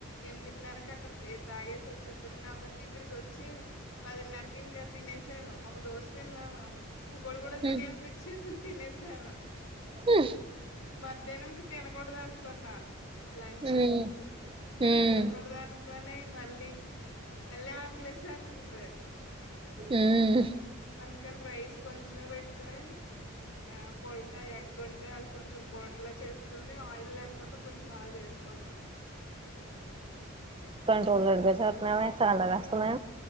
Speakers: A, on the left (about 70°); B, on the right (about 25°).
A: ఎ పదిన్నరకి అక్కడ తాగేసి వచ్చేస్తను కాబట్టి ఇక్కడికి వచ్చి పదిన్నరకి ఇంకా తినేసాను ఒక దోశ తిన్నాను ఇంకోటి కూడా
B: హ్మ్
A: తినేయాలి అనిపిచ్చేసింది తినేసాను
B: హ
A: మధ్యాహ్నం ఇంక తినకూడదు అనుకున్నా లంచ్
B: హ్మ్ హ్మ్
A: తినకూడదు అనుకుని మళ్ళీ మళ్ళీ ఆక్లేసేతుంది
B: ఉమ్
A: అందుకని రైస్ కొంచమే పెట్టుకని ఆ పొలట ఎగ్గుంటె అది కొంచెం పొలట గా చేసుకొని ఆయిల్ లేకుండా కొంచెం అలా చేసుకున్నా
B: సోలడుగా చేతున్నావే చాలా కష్టమే